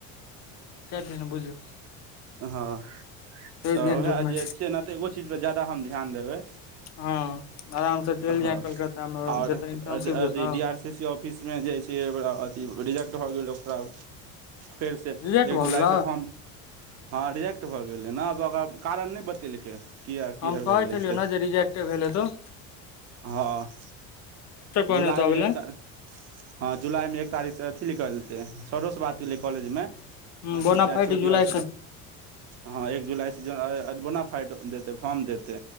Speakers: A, on the left; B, on the right.
A: से त बुझियै
B: हँ तऽ
A: दिहैन
B: उएह
A: ओहिमे
B: जे छै ने तऽ एगो चीज पर ज्याद हम ध्यान देबै
A: हँ आराम से चलि
B: हँ
A: जाय कलकत्ता मे
B: आ ओर
A: जतऽ इंटर्नशिप देतौ
B: D R C C office मे मे जाइ छै ओकरा अथि रिजेक्ट भऽ गेल ओकरा फेर से
A: रिजेक्ट
B: एक
A: भऽ
B: जुलाई
A: गेलौ
B: से फॉर्म हँ रिजेक्ट भऽ गेलै ने ओकर कारण नहि बतेलकै किया किया
A: हम कहै
B: भेलै
A: छलियौ
B: से
A: ने जे रिजेक्टे भेल हेताओ
B: हँ
A: कहने
B: जुलाईमे
A: हेतौ अबैले
B: एक त हँ जुलाईमे तारीकसँ अथी निकलतै सरोसँ बात गेलै कॉलेजमे
A: हँ
B: अथी
A: बोना
B: सँ
A: फाइट
B: एच ओ
A: जुलाइ
B: डी आर हँ एक जुलाइसँ जोन बोनाफाइट देतै फॉर्म देतै